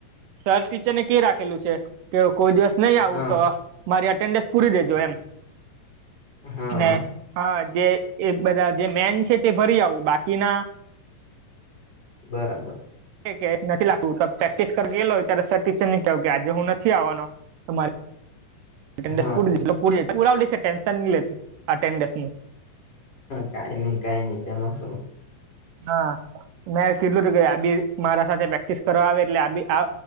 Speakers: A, on the right (about 75°); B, on the left (about 30°).
A: સર ટીચર ને કે રાખેલું છે કે કોઈ દિવસ નહી આવું
B: હા
A: તો મારી એટેન્ડન્સ પૂરી દેજો એમ.
B: હા
A: ને હા જે એ બધા જે મેન છે તે ભરી આવું બાકીના
B: બરાબર.
A: કે નથી લખવું તો પ્રેક્ટિસ કર એલો ત્યારે સર ટીચર ને કહું કે આજે હું નથી આવવાનો મારે અટેન્ડેસ
B: હા
A: પૂરી પુરાવલી ટેન્શન ની લેતું અત્તેન્દેસનુ.
B: કાઈ ની કાંઈ ની તેમાં સુ.
A: હા મે કીધલું કે આદી મારા સાથે પ્રેક્ટિસ કરવા આવે એટલે આદી આ